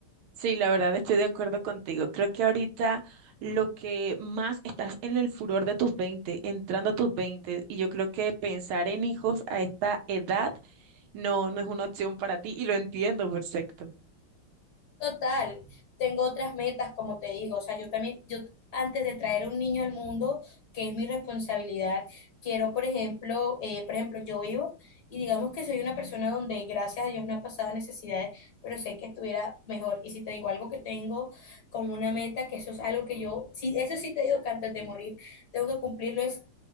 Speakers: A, on the right; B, on the left.
A: Sí, la verdad estoy de acuerdo contigo. Creo que ahorita lo que más estás en el furor de tus 20 entrando a tus 20 y yo creo que pensar en hijos a esta edad no, no es una opción para ti y lo entiendo perfecto.
B: Total, tengo otras metas, como te digo, o sea, yo también, yo antes de traer un niño al mundo, que es mi responsabilidad, quiero, por ejemplo, eh, por ejemplo, yo vivo y digamos que soy una persona donde gracias a Dios no ha pasado necesidades, pero sé que estuviera mejor. Y si te digo algo que tengo como una meta, que eso es algo que yo, sí, eso sí te digo que antes de morir tengo que cumplirlo, es